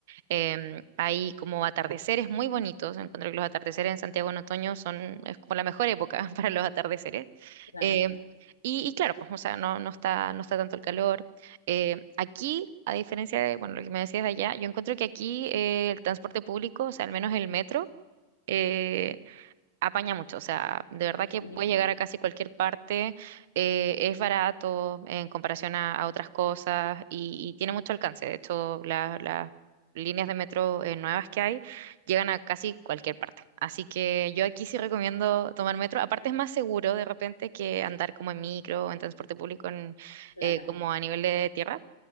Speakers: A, on the right; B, on the left.
A: Em, hay como atardeceres muy bonitos. Encuentro que los atardeceres en Santiago en otoño son, es como la mejor época <laughs> para los atardeceres.
B: Claro,
A: Em, y, y claro, pues, o sea, no, no está, no está tanto el calor. Em, aquí, a diferencia de, bueno, lo que me decías de allá, yo encuentro que aquí eh, el transporte público, o sea, al menos el metro, eh, apaña mucho, o sea, de verdad que
B: bien,
A: puedes llegar a casi cualquier parte, eh, es barato en comparación a, a otras cosas y, y tiene mucho alcance. De hecho, la- las líneas de metro eh, nuevas que hay llegan a casi cualquier parte. Así que yo aquí sí recomiendo tomar metro. Aparte es más seguro de repente que andar como en micro o en transporte público en,
B: claro.
A: eh, como a nivel de tierra.